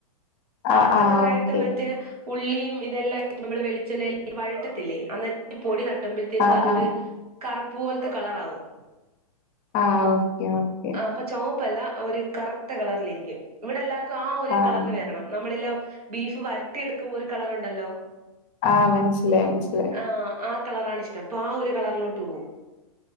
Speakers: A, on the left; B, on the right.
A: ആഹ്
B: ആ കളറായി
A: ആഹ് ഓക്കെ
B: ഉള്ളിയും ഇതെല്ലാം നമ്മള് വെളിച്ചെണ്ണയിൽ വഴറ്റത്തില്ലേ അന്നേരം പൊടി തട്ടുമ്പ ത്തേക്കും
A: ആഹ്
B: അതൊരു
A: ആഹ്
B: കറുപ്പ് പോലത്തെ കളറാകും
A: ആ ഓക്കെ ഓ
B: ആ അപ്പൊ ചുവപ്പല്ല ഒരു കറുത്ത കളറിലിരിക്കും ഇവിടെ എല്ലാവർക്കും ആ ഒരു
A: ആഹ്
B: കളറ് വരണം നമ്മളില്ല ബീഫ് വരട്ടി എടുക്കുമ്പോ ഒരു കളറുണ്ടല്ലോ
A: ആ മനസ്സിലായി മനസ്സിലായി
B: ആ ആ കളറാണിഷ്ടം അപ്പൊ ആ ഒരു കളറിലോട്ട് പോവും.